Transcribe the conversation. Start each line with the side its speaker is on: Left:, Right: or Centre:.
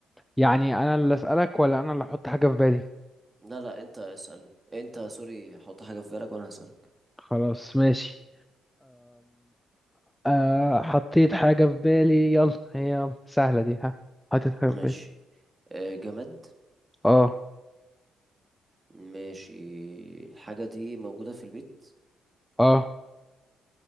Centre: يعني انا اللي اسالك ولا انا اللي احط حاجه في بالي
Right: لا لا انت اسألني انت سوري حط حاجة في بالك وانا هسألك
Centre: خلاص ماشي آه حطيت حاجة في بالي يلا هي يلا سهلة دي ها حطيت حاجة
Right: ماشي
Centre: في بالي
Right: آه جماد
Centre: اه
Right: ماشي الحاجة دي موجودة في البيت
Centre: اه